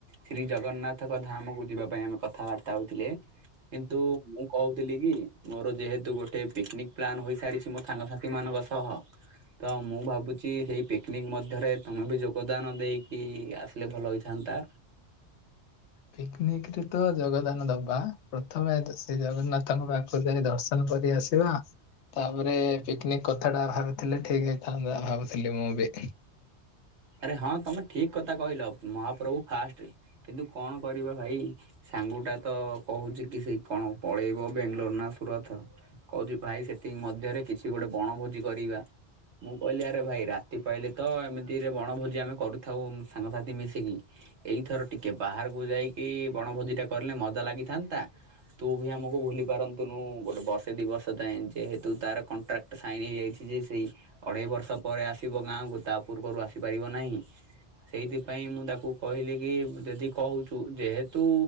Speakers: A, on the right; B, on the left.
A: ଶ୍ରୀ ଜଗନ୍ନାଥଙ୍କ ଧାମକୁ ଯିବା ପାଇଁ ଆମେ କଥାବାର୍ତ୍ତା ହଉଥିଲେ। କିନ୍ତୁ ମୁଁ କହୁଥିଲି କି ମୋର ଯେହେତୁ ଗୋଟେ ପିକ୍ ନିକ୍ ପ୍ଲାନ୍ ହୋଇସାରିଛି ମୋ ସାଙ୍ଗସାଥିମାନଙ୍କ ସହ। ତ ମୁଁ ଭାବୁଚି ସେଇ ପିକ୍ ନିକ୍ ମଧ୍ୟରେ ତୁମେବି ଯୋଗଦାନ ଦେଇକି ଆସିଲେ ଭଲ ହୋଇଥାନ୍ତା?
B: ପିକ୍ ନିକ୍ ରେତ ଯୋଗଦାନ ଦବା ପ୍ରଥମେ ଆସେ ଶ୍ରୀ ଜଗନ୍ନାଥଙ୍କ ପାଖକୁ ଯାଇ ଦର୍ଶ ଦର୍ଶନ କରି ଆସିବା। ତାପରେ ପିକ୍ ନିକ୍ କଥାଟା ଭାବିଥିଲେ ଠିକ୍ ହେଇଥାନ୍ତା ଭାବୁଥିଲି ମୁଁ ବି।
A: ଆରେ ହଁ ତମେ ଠିକ୍ କଥା କହିଲ ମହାପ୍ରଭୁ ଫାଷ୍ଟ୍ କିନ୍ତୁ କଣ କରିବା ଭାଇ? ସାଙ୍ଗୁଟାତ କହୁଚିକି ସେଇ କଣ ପଳେଇବ ବେଙ୍ଗ୍ଲୋର ନା ସୁରଥ କଉଚି ଭାଇ ସେତିିକି ମଧ୍ୟରେ କିଛି ଗୋଟେ ବଣଭୋଜି କରିବା ମୁଁ କହିଲି ଆରେ ଭାଇ ରାତି ପାଇଲିତ ଏମି ତିରେ ବଣଭୋଜି ଆମେ କରିୁଥାଉ ସାଙ୍ଗସାଥି ମିଶିକି ଏଇଥର ଟିକେ ବାହାରକୁ ଯାଇକି ବଣଭୋଜିଟା କରିଲେ ମଜା ଲାଗିଥାନ୍ତା। ତୁ ବି ଆମକୁ ଭୁଲି ପାରନ୍ତୁନୁ ଗୋଟେ ବର୍ଷେ ଦି ବର୍ଷ ଯାଏଁ ଯେହେତୁ ତାର କଣ୍ଟ୍ରାକ୍ଟ ସାଇନ୍ ହେଇଯାଇଚିଯେ ସେଇ ଅଢେଇ ବର୍ଷ ପରେ ଆସିବ ଗାଁକୁ ତାପୂର୍ବରୁ ଆସିପାରିବ ନାହିଁ। ସେଇଥିପାଇଁ ମୁଁ ତାକୁ କହିଲିକି ଯଦି କହୁଚୁ ଯେହେତୁ